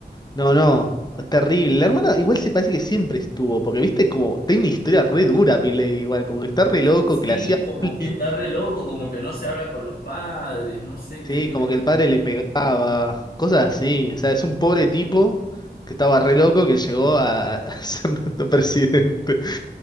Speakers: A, on the left; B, on the left.
A: No, no, es terrible. La hermana igual se parece que siempre estuvo, porque viste como, tiene una historia re dura, Milei, igual, como que está re loco,
B: Sí,
A: que le hacía
B: como
A: bullying,
B: que está re loco, como que no se habla con los padres, no sé
A: sí,
B: qué tiene.
A: como que el padre le pegaba, cosas así. O sea, es un pobre tipo que estaba re loco que llegó a, a <laughs> ser nuestro presidente.